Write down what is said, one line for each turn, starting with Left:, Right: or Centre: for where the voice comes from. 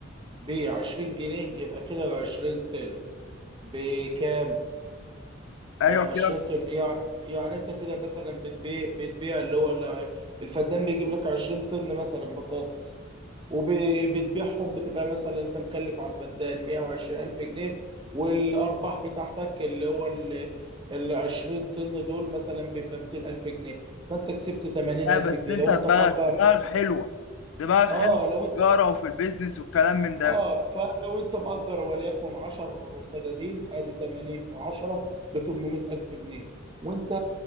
Right: ب 20 جنيه يبقى كده ال 20 طن بكام؟
Left: ايوه
Right: ال 20
Left: كده
Right: طن يعني يعني انت كده مثلا بتبيع بتبيع اللي هو ال- الفدان بيجيب لك 20 طن مثلا بطاطس وبتبيعهم بتبقى مثلا انت مكلف على الفدان 120 ألف جنيه والأرباح بتاعتك اللي هو ال ال 20 طن دول مثلا بيبقى 200 ألف جنيه فأنت كسبت 80
Left: لا
Right: ألف
Left: بس
Right: جنيه
Left: انت
Right: لو
Left: دماغك
Right: أنت مأجر
Left: دماغك حلوه دماغك حلوه
Right: اه
Left: في
Right: لو انت
Left: التجاره وفي البيزنس والكلام من ده
Right: اه فلو انت مأجر وليكن 10 فدادين ادي 80 في 10 ب 800 الف جنيه وانت